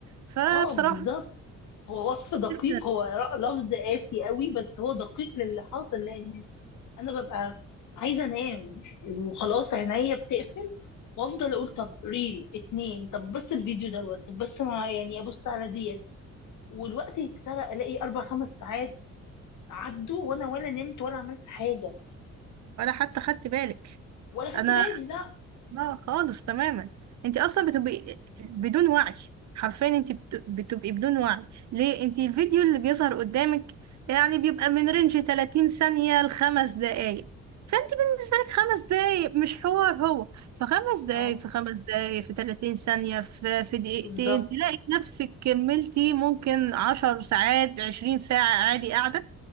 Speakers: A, on the right; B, on the left.
A: فبصراحة
B: اه بالظبط هو وصف دقيق
A: <laughs>
B: هو ر- لفظ قاسي قوي بس هو دقيق للي حاصل لان انا ببقى عايزه انام وخلاص عينيا بتقفل وافضل اقول طب ريل اتنين طب بس الفيديو دوت طب بس ما يعني ابص على ديت والوقت يتسرق الاقي اربع خمس ساعات عدوا وانا ولا نمت ولا عملت حاجه
A: ولا حتى خدت بالك
B: ولا خدت
A: انا
B: بالي لا
A: لا خالص تماما انت اصلا بتبقي بدون وعي حرفيا انت بت- بتبقي بدون وعي ليه انت الفيديو اللي بيظهر قدامك يعني بيبقى من رينج 30 ثانية لخمس دقايق فانت بالنسبة لك خمس دقايق مش حوار هو فخمس دقايق
B: اه
A: في خمس دقايق في 30 ثانية في, في دقيقتين
B: بالظبط
A: تلاقي نفسك كملتي ممكن عشر ساعات عشرين ساعة عادي قاعدة